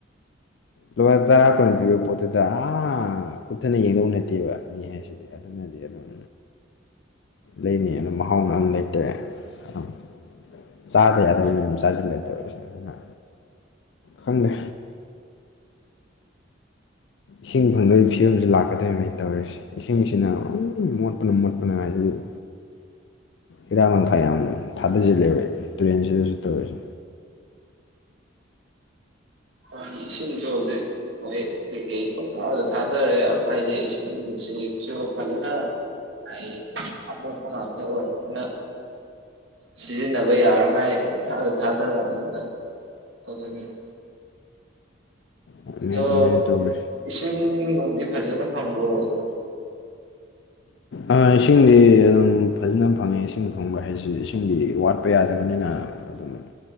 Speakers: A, on the left; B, on the right.
A: ꯂꯨꯄꯥ ꯇꯔꯥ ꯀꯨꯟ ꯄꯤꯕ ꯄꯣꯠꯇꯨꯗ ꯑ ꯀꯨꯞꯊꯅ ꯌꯦꯡꯗꯧ ꯅꯠꯇꯦꯕ ꯃꯤ ꯍꯥꯏꯁꯦ ꯑꯗꯨꯅꯗꯤ ꯑꯗꯨꯝ ꯂꯩꯅꯤ ꯑꯗꯨꯝ ꯃꯍꯥꯎꯅ ꯑꯗꯨꯝ ꯂꯩꯇ꯭ꯔꯦ ꯑꯗꯨꯝ ꯆꯥꯗ ꯌꯥꯗꯕꯅꯤ ꯑꯗꯨꯝ ꯆꯥꯁꯤꯜꯂꯦ ꯇꯧꯔꯤꯁꯦ ꯑꯩꯅ ꯈꯪꯗꯦ ꯏꯁꯤꯡ ꯐꯪꯗꯕꯒꯤ ꯐꯤꯕꯝꯁꯤ ꯂꯥꯛꯀꯗꯧꯔꯤꯕꯅꯤ ꯇꯧꯔꯤꯁꯦ ꯏꯁꯤꯡꯁꯤꯅ ꯑꯝ ꯃꯣꯠꯄꯅ ꯃꯣꯠꯄꯅ ꯍꯥꯏꯖꯤꯅꯤ ꯍꯤꯗꯥꯛ ꯂꯥꯡꯊꯥ ꯌꯥꯝ ꯊꯥꯗꯁꯤꯜꯂꯦꯕ ꯇꯨꯔꯦꯜꯁꯤꯗꯁꯨ ꯇꯧꯔꯤꯁꯦ
B: ꯍꯥꯟꯅꯒꯤ ꯏꯁꯤꯡꯗꯣ ꯍꯧꯖꯤꯛ ꯍꯣꯏ ꯀꯩꯀꯩ ꯄꯪꯊꯥꯗ ꯊꯥꯗꯔꯦ ꯍꯥꯏꯗꯤ ꯏꯁꯤꯡ ꯅꯨꯡꯁꯤꯠꯁꯨ ꯐꯖꯅ ꯑꯩ ꯑꯃꯣꯠꯄ ꯉꯥꯛꯇ ꯑꯣꯏꯔꯕꯅꯤꯅ ꯁꯤꯖꯤꯟꯅꯕ ꯌꯥꯔꯔꯣꯏ ꯍꯥꯏ ꯄꯪꯊꯥꯗ ꯊꯥꯗꯔꯕꯅꯤꯅ ꯑꯗꯨꯅꯤꯅꯦ
A: ꯑꯗꯨꯅꯦ
B: ꯑꯗꯣ
A: ꯑꯗꯨꯃꯥꯏꯅ ꯇꯧꯔꯤꯁꯦ
B: ꯏꯁꯤꯡ ꯕꯥꯎꯗꯤ ꯐꯖꯅ ꯐꯪꯕꯔꯣ
A: ꯑꯥ ꯏꯁꯤꯡꯗꯤ ꯑꯗꯨꯝ ꯐꯖꯅ ꯐꯪꯉꯦ ꯏꯁꯤꯡ ꯐꯪꯕ ꯍꯥꯏꯕꯁꯤꯁꯨ ꯏꯁꯤꯡꯗꯤ ꯋꯥꯠꯄ ꯌꯥꯗꯕꯅꯤꯅ ꯑꯗꯨꯝ